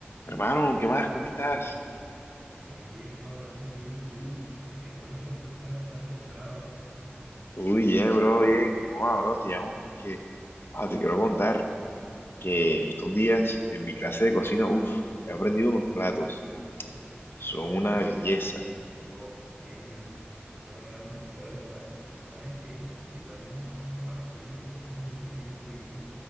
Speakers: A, on the left; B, on the right.
A: Hermano, ¿qué más? ¿Cómo estás?
B: Bien, bien, bro, gracias a Dios. ¿Y tú? Eh, cuéntame, ¿por qué estás tan emocionado?
A: Uy, bien, bro, bien. Hola, bro, te llamo porque ah, te quiero contar que en estos días en mi clase de cocina, uff, he aprendido unos platos que son
B: Sí,
A: una belleza.
B: wow, ey, me- qué emocionante escuchar eso. O sea, sabes que yo también iba a un curso de cocina hace mucho tiempo y,